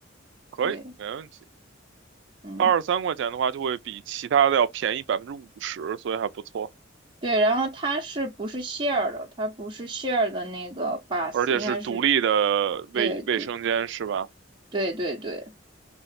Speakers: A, on the right; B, on the right.
A: 可以，
B: 对。
A: 没问题。
B: 嗯。
A: 二十三块钱的话，就会比其他的要便宜百分之五十，所以还不错，
B: 对，然后它是不是 share 的？它不是 share 的那个 bus，
A: 而且是独立的卫卫生间，
B: 应该是对对
A: 是吧？
B: 对对对，